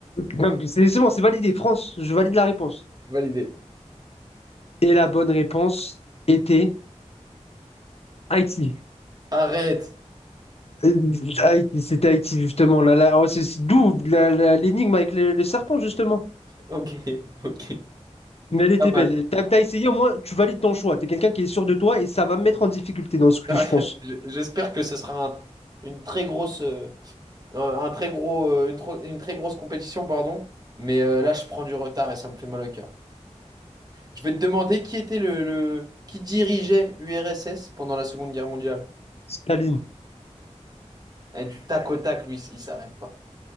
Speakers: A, on the left (about 55°); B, on the right (about 30°).
A: Donc, C'est c'est bon, c'est validé. France, je valide la réponse.
B: Validé.
A: Et la bonne réponse était Haïti.
B: Arrête.
A: Euh, Haïti, c'était Haïti, justement. Là, là, oh, c'est c'est d'où la- la- l'énigme avec le, le serpent, justement.
B: Ok, <laughs> ok.
A: Mais elle était
B: Pas
A: belle.
B: mal.
A: T'as, t'as essayé, au moins, tu valides ton choix. T'es quelqu'un qui est sûr de toi et ça va me mettre en difficulté dans ce quiz,
B: Ouais,
A: je pense.
B: j- J'espère que ce sera un- une très grosse, euh, un un très gros, euh, une, tro- une très grosse compétition, pardon. Mais euh, là, je prends du retard et ça me fait mal au cœur. Je vais te demander qui était le, le- qui dirigeait l'URSS pendant la Seconde Guerre mondiale.
A: Staline.
B: Eh, du tac au tac, lui, il s'arrête pas.